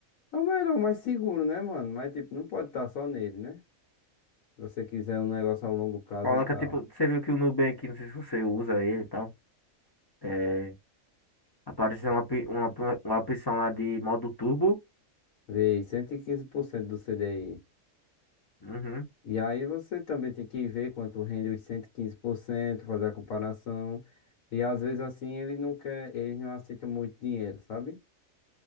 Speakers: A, on the left (about 80°); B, on the left (about 35°).
A: É o melhor, o mais seguro, né, mano? Mas, tipo, não pode estar só nele, né? Se você quiser um negócio a longo prazo
B: Coloca,
A: e tal.
B: tipo, você viu que o Nubank, não sei se você usa ele e tal. É, apareceu uma, opi- uma, uma opção lá de modo turbo.
A: Vê, 115% do CDI.
B: Uhum.
A: E aí você também tem que ver quanto rende os 115%, fazer a comparação. E às vezes assim ele não quer, eles não aceitam muito dinheiro, sabe?